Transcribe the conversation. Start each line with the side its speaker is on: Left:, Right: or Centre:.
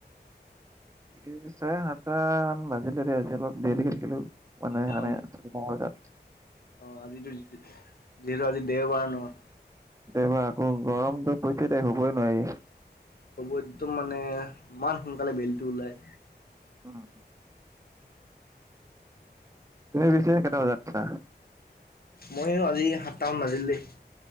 Right: এই চাৰে সাতটা মান বাজিলে দে, আজি অলপ দেৰিলৈকে থাকিলোঁ। হোৱা নাই
Left: অ',
Right: হোৱা নাই মংগলদৈত
Left: অ' আজিতো যিহেতু আজি দেওবাৰ নহয়।
Right: দেওবাৰ আকৌ গৰমটো হৈছে শুৱই নোৱাৰি।
Left: ক'ব একদম মানে ইমান সোনকালে বেলিটো ওলায়।
Right: <unintelligible> তুমি পিছে কেইটা বজাত উঠা?
Left: ময়ো আজি সাতটামান বাজিল দেই।